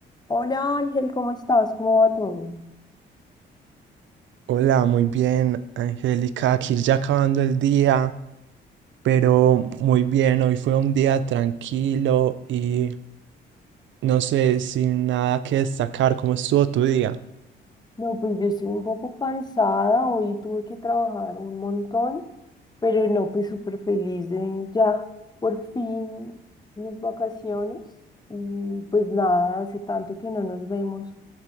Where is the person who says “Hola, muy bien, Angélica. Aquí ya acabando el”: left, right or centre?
Right